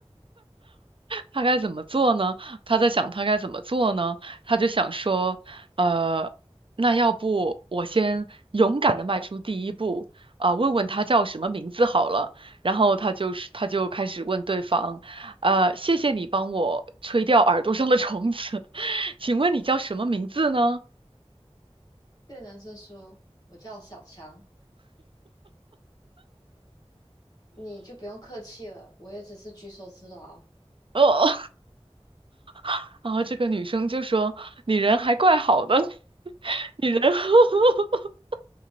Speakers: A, on the right (about 55°); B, on the left (about 35°).
A: 他该怎么做呢？他在想他该怎么做呢？他就想说，呃，那要不我先勇敢的迈出第一步，啊、问问他叫什么名字好了。然后他就是他就开始问对方，呃，谢谢你帮我吹掉耳朵上的虫子，<laughs> 请问你叫什么名字呢？
B: 这个男生说，我叫小强，你就不用客气了，我也只是举手之劳。
A: 哦，<laughs> 然后这个女生就说，你人还怪好的，<laughs> 你人 <laughs>